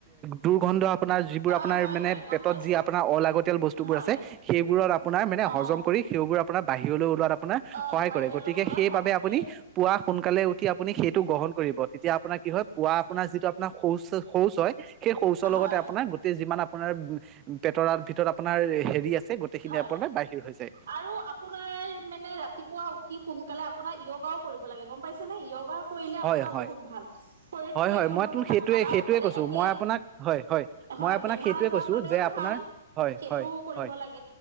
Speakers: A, on the right (about 25°); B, on the right (about 70°).
A: দুৰ্গন্ধ আপোনাৰ যিবোৰ
B: অ
A: আপোনাৰ
B: হয়
A: মানে
B: হয় গম
A: পেটত
B: পাইছো
A: যি আপোনাৰ অলাগতিয়াল বস্তুবোৰ
B: হয়
A: আছে সেইবোৰৰ আপোনাৰ মানে
B: অ
A: হজম কৰি সেইবোৰ আপোনাৰ বাহিৰলৈ ওলোৱাত আপোনাৰ
B: অ
A: সহায়
B: বাহিৰলৈ
A: কৰে গতিকে
B: ওলোৱাত
A: সেইবাবে
B: সহায় কৰে
A: আপুনি পুৱা সোনকালে উঠি আপুনি সেইটো গ্ৰহণ কৰিব তেতিয়া আপোনাৰ কি হয় পুৱা আপোনাৰ যিটো আপোনাৰ শৌচ শৌচ হয় সেই সৌচৰ
B: হয়
A: লগতে আপোনাৰ গোটেই যিমান আপোনাৰ উম পেটৰ ভিতৰত আপোনাৰ হেৰি আছে গোটেইখিনি
B: হয়
A: আপোনাৰ বাহিৰ হৈ যায়
B: আৰু আপোনাৰ মানে ৰাতিপুৱা উঠি সোনা কালে আপোনাৰ য়োগাও কৰিব লাগে গম পাইছে নে য়োগা কৰিলে
A: হয়
B: আপোনাৰ
A: হয়
B: বহুত ভাল শৰীৰটো
A: হয় হয়
B: এক নম্বৰ
A: মই তোক
B: কথা
A: সেইটোৱে
B: ভালা
A: সেইটোৱে
B: ভালে
A: কৈছো
B: থাকে
A: মই আপোনাক হয় হয়
B: হয়
A: মই আপোনাক
B: বেমাৰ
A: সেইটোৱে
B: আজাৰৰ
A: কৈছো
B: কাৰণেও
A: যে আপোনাৰ
B: ভাল
A: হয়
B: সেইটোও
A: হয়
B: কৰিব
A: হয়
B: লাগে।